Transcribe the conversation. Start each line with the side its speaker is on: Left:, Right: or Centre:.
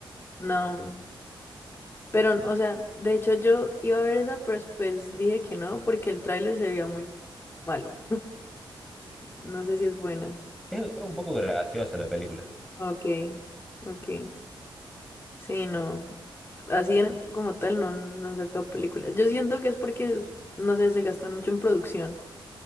Left: no. Pero, o sea, de hecho yo iba a ver esa, pero después dije que no, porque el tráiler se veía muy malo. No sé si es buena.
Centre: Es, es un poco graciosa la película.
Left: Ok, ok. Sí, no. Así en- como tal no, no han sacado películas. Yo siento que es porque, es- no sé, se gastan mucho en producción